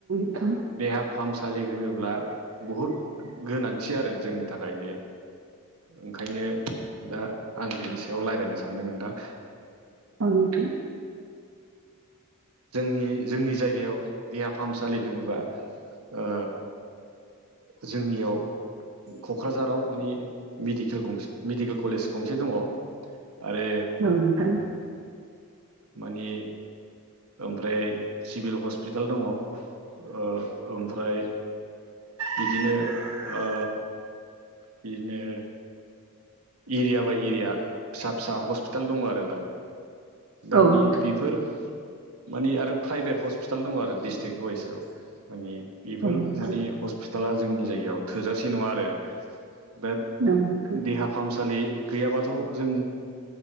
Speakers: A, on the right (about 65°); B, on the right (about 80°).
A: <unintelligible>
B: देहा फाहामसालि होनोब्ला बहुद गोनांथि आरो जोंनि थाखाय बे। ओंखायनो दा आं बेनि सायाव रायज्लायनो सानदों नोंथां।
A: औ नोंथां।
B: जोंनि जोंनि जायगायाव देहा फाहामसालि जेनेबा ओ जोंनियाव क'क्राझाराव मानि मेडिकेल गंसे मेडिकेल कलेज गंसे दङ। आरो
A: औ नोंथां।
B: मानि ओमफ्राय सिभिल हस्पिटाल दङ। ओ ओमफ्राय बिदिनो ओ बिदिनो एरिया बाय एरिया फिसा फिसा हस्पिटाल दङ आरोना। दा
A: औ नोंथां
B: बे-बेफोर मानि आरो प्राइभेट हस्पिटाल दङ आरो डिस्ट्रिक वाइसआव मानि बेफोर
A: औ नोंथां औ नोंथां औ नोंथां
B: माने
A: औ नोंथां औ
B: हस्पिटाला जोंनि जायगायाव थोजासे नङा आरो दा
A: नोंथां औ नोंथां
B: देहा फाहामसालि गैयाबाथ' जों